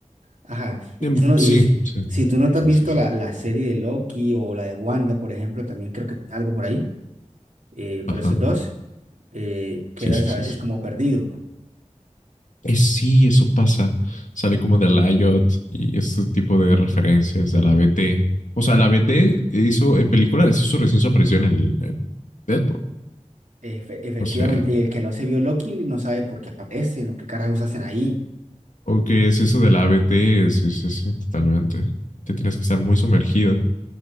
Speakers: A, on the right; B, on the left.
A: Ajá. Y,
B: Em,
A: tú no- y
B: Sí,
A: si,
B: sí,
A: si tú no te
B: sí,
A: has visto
B: sí, sí.
A: la, la serie de Loki o la de Wanda, por ejemplo, también creo que algo por ahí, eh, por
B: Ajá,
A: esos dos, eh, quedas
B: sí, sí, sí,
A: a veces
B: sí.
A: como perdido.
B: Es, sí, eso pasa. Sale como de la IOT y este tipo de referencias de la B T O sea, la B T hizo en películas, hizo recién su aparición en, el- en Deadpool.
A: Efe- efectivamente,
B: O sea,
A: el que no se vio Loki no sabe por qué aparecen o qué carajos hacen ahí.
B: o que es eso de la A B T sí, sí, sí, totalmente. Te tienes que estar muy sumergido